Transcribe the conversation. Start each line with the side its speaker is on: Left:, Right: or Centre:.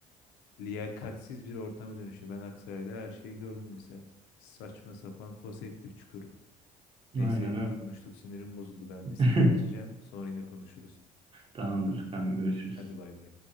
Left: liyakatsiz bir ortama dönüşüyor. Ben Aksaray'da her şeyi gördüm mesela. Saçma sapan foseptik çukuru. Neyse
Right: Aynen öyle.
Left: konuştuk sinirim bozuldu. Ben
Right: <laughs>
Left: bir sigara içeceğim. Sonra yine konuşuruz.
Right: Tamamdır. Ben görüşürüz.
Left: Hadi bay bay.